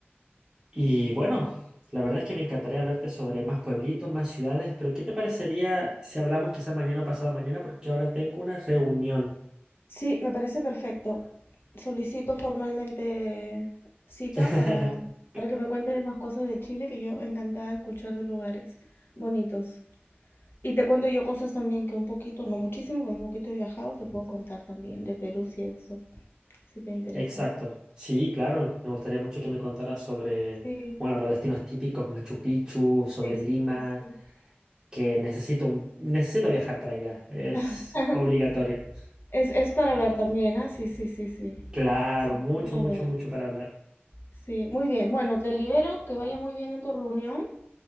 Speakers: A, on the right; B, on the left.
A: Y bueno, la verdad es que me encantaría hablarte sobre más pueblitos, más ciudades, pero ¿qué te parecería si hablamos quizá mañana o pasado mañana? Porque ahora tengo una reunión.
B: Sí, me parece perfecto. Solicito formalmente cita
A: <laughs>
B: para, para que me cuentes más cosas de Chile, que yo encantada de escuchar de lugares bonitos. Y te cuento yo cosas también que un poquito, no muchísimo, pero un poquito he viajado, te puedo contar también de Perú si eso, si te interesa.
A: Exacto. Sí, claro, me gustaría mucho que me contaras sobre,
B: Sí,
A: bueno, los destinos típicos, Machu Picchu, sobre
B: sí, sí,
A: Lima,
B: sí, sí.
A: que necesito, un- necesito viajar para allá, es
B: <laughs>
A: obligatorio.
B: Es, es para ver también, ¿ah? Sí, sí, sí, sí.
A: Claro,
B: Sí,
A: mucho,
B: es para
A: mucho,
B: ver.
A: mucho para hablar.
B: Sí, muy bien. Bueno, te libero, que vaya muy bien en tu reunión.